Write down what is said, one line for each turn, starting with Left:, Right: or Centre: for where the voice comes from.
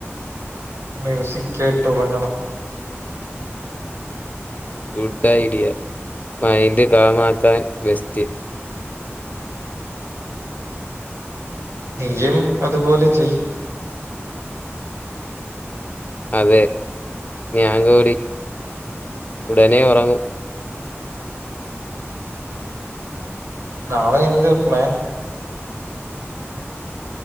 Right: മ്യൂസിക് കേട്ടുറങ്ങണം.
Left: ഗുഡ് ഐഡിയ മൈൻഡ് കാമാക്കാൻ ബെസ്റ്റ്.
Right: നീയും അതുപോലെ ചെയ്യ്.
Left: അതെ ഞങ്കൂടി ഉടനെ ഉറങ്ങും.
Right: നാളെ എന്ത് പ്ലാൻ?